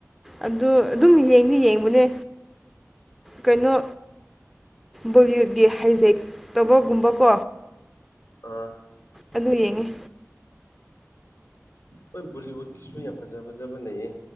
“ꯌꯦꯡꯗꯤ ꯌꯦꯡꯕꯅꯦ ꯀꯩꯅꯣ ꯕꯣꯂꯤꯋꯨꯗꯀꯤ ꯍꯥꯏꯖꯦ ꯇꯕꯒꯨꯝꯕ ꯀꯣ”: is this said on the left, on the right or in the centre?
Centre